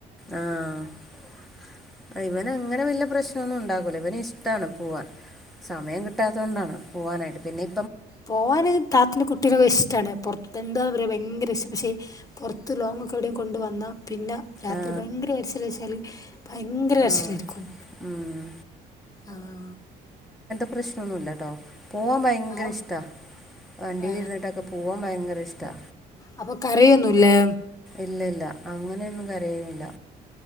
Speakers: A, in the centre; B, on the left.
A: ആ ഇവന് അങ്ങനെ വലിയ പ്രശ്നമൊന്നും ഉണ്ടാകൂല ഇവന് ഇഷ്ടാണ് പോവാൻ സമയം കിട്ടാത്തതോണ്ടാണ് പോവാനായിട്ട് പിന്നേം
B: പോകാന് താത്തിന്റെ കുട്ടീകൊക്ക് ഇഷ്ടണ് പുറത്ത് എന്താ പറയാ ഭയങ്കര ഇഷ്ട പക്ഷേ പുറത്ത് ലോങ്ങൊക്കെ എവിടെയും കൊണ്ട് വന്നാൽ പിന്നെ രാത്രി
A: ആ
B: ഭയങ്കര കരിച്ചിൽ വെച്ചാൽ ഭയങ്കര കരച്ചിലാരിക്കും
A: ആ ഉം.
B: ആഹ്
A: പ്രശ്നമൊന്നുല്ലട്ടോ, പോവാൻ ഭയങ്കര
B: ആ
A: ഇഷ്ട്ടാ വണ്ടീല്
B: ഏ,
A: ഇര്ന്നിട്ടൊക്കെ പോവാൻ ഭയങ്കര സ് ട്ടാ
B: അപ്പ കരയൊന്നുല്ലേ?
A: ഇല്ല ഇല്ല അങ്ങനെന്നും കരയോന്നുല്ല